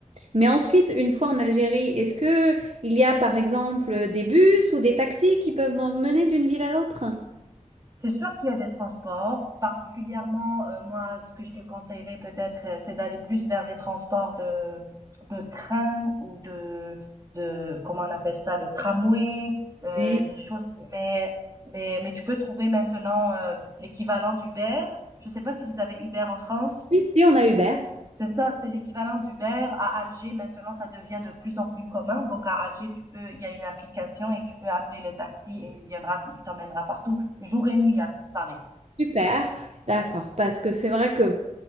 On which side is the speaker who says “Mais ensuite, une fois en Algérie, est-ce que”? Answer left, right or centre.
Right